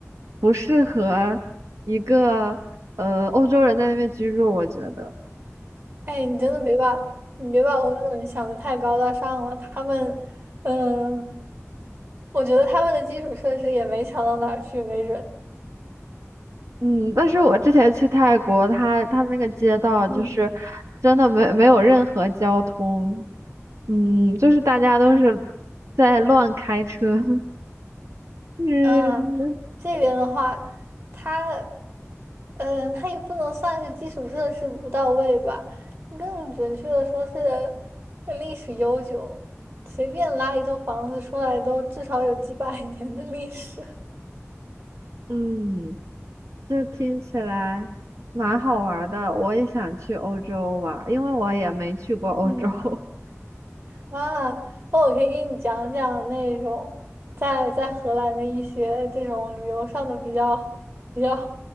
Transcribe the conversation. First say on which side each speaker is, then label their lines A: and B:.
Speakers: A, on the right; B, on the right.
A: 不适合一个呃欧洲人在那边居住，我觉得。
B: 哎，你真的别把你别把欧洲人想的太高大上了，他们，嗯，我觉得他们的基础设施也没强到哪儿去，没准。
A: 嗯，但是我之前去泰国，它它那个街道就是真的没没有任何交通，
B: 嗯
A: 嗯，就是大家都是在乱开车，<laughs> 嗯
B: 嗯，这边的话，它，嗯、它也不能算是基础设施不到位吧，更准确的说是呃历史悠久，随便拉一栋房子出来都至少有几百 <laughs> 年的历史。
A: 嗯，这听起来蛮好玩儿的，我也想去欧洲玩儿因为我也没去过欧洲。
B: 嗯。
A: <laughs>
B: 啊，那我可以给你讲讲那种在在荷兰的一些这种旅游上的比较比较